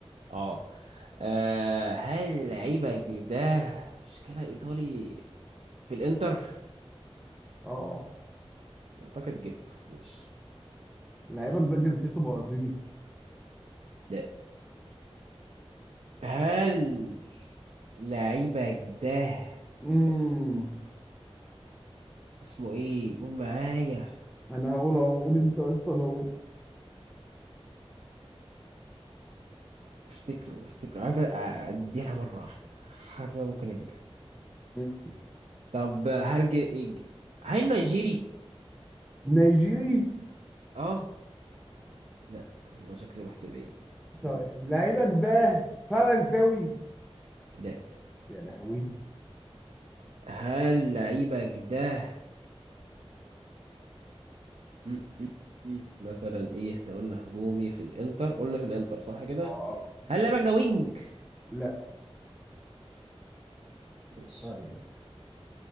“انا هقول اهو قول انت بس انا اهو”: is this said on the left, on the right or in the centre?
Centre